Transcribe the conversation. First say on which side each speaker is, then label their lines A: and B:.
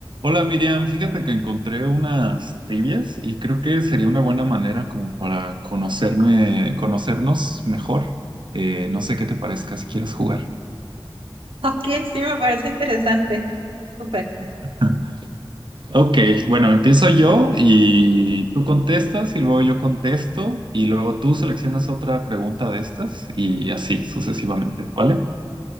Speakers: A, on the right; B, on the right.
A: Hola Miriam, fíjate que encontré unas trivias y creo que sería una buena manera como para conocerme, conocernos mejor. Eh, no sé qué te parezca si quieres jugar.
B: Ok, sí, me parece interesante. Súper,
A: <laughs> Ok, bueno, empiezo yo y tú contestas y luego yo contesto y luego tú seleccionas otra pregunta de estas y así sucesivamente, ¿vale?